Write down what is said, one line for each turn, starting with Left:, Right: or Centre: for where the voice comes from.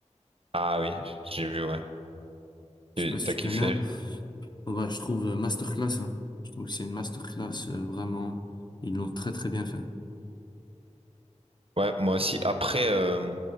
Right: Ah oui, j'ai vu, ouais. Tu-
Left: Je sais pas si
Right: T'as
Left: tu
Right: kiffé?
Left: connais. Bon, bah, je trouve euh, masterclass. hein. Je trouve que c'est une masterclass euh, vraiment. Ils l'ont très très bien fait.
Right: Ouais, moi aussi. Après, euh,